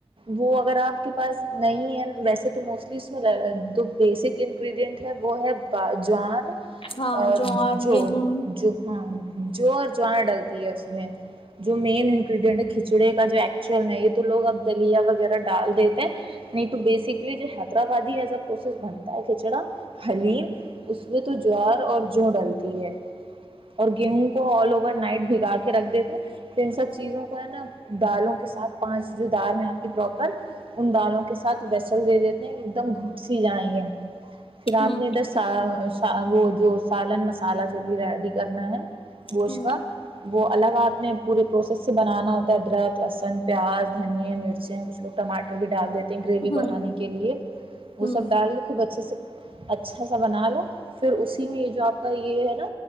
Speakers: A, on the right (about 55°); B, on the left (about 60°).
A: وہ اگر آپ کے پاس نہیں ہے ویسے تو موسٹلی اس میں دو بیسک انگریڈینٹ ہے وہ ہے باجار
B: ہاں
A: اور
B: جوار
A: جو
B: گیہوں
A: ہاں جو اور جواں ڈلتا اس میں جو مین انگریڈینٹ ہے کھچڑے کا جو ایکچول ہے یہ تو لوگ اب دلیا وغیرہ ڈال دیتے ہیں نہیں تو بیسکلی جو حیدرآبادیز پروسیس بنتا ہے کھچڑا حلیم اس میں تو جوار اور جو ڈلتی ہے اور گیہوں کو آل اوور نائٹ بگاڑ کے رکھ دیتے ہیں پھر ان سب چیزوں کو ہے نا دالوں کے ساتھ پانچ جو دال میں آپ کی پراپر ان دالوں کے سات بیسل دے دیتے ہیں ایک دم گھٹ س جائیں گے پھر
B: ہوں
A: آپ نے ادھر وہ جو سالن مسالحہ جو بھی ریڈی کرنا ہے گوش
B: ہوں
A: کا
B: ہوں
A: وہ الگ آپ نے پورے پروسیس سے بنانا ہوتا ہے ادرک لہسن پیاز دھنییا مرچیں کچھوگ ٹمار بھی ڈال دیتے گریوی
B: ہوں
A: بڑھانے کے لیے وہ
B: ہوں
A: سب ڈال کے خوب اچھے سے اچھا سا بنا لو پھر اسی میں یہ جو آپ کا یہ ہے نا